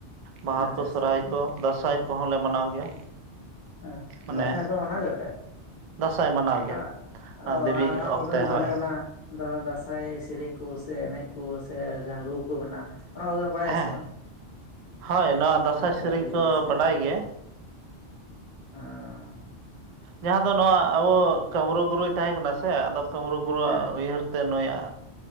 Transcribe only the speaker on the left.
ᱟᱪᱪᱷᱟ
ᱟᱪᱪᱷᱟ
ᱦᱮᱸ
ᱦᱮᱸ
ᱫᱟᱸᱥᱟᱭᱯᱟᱨ ᱢᱟᱱᱟ ᱡᱵ
ᱟᱨ
ᱚ
ᱟᱨ ᱵᱟ
ᱫᱚ
ᱛᱟᱦᱚᱞᱮ ᱚᱱᱟ ᱫᱟᱸᱥᱟᱭ ᱥᱮᱨᱮᱧ ᱠᱚ ᱥᱮ ᱮᱱᱮᱡ ᱠᱚ ᱥᱮ ᱡᱟᱦᱟᱸ ᱨᱩ ᱠᱚ ᱢᱮᱱᱟᱜᱼᱟ ᱚᱱᱟ ᱠᱚᱫᱚ ᱵᱟᱲᱟᱭᱟ
ᱥᱮ ᱵᱟᱝ
ᱟᱪᱪᱷᱟ
ᱴᱷᱤᱠ
ᱵᱮᱥ ᱵᱮᱥ
ᱵᱮᱥ
ᱟᱨ
ᱦᱮᱸ ᱦᱮᱸ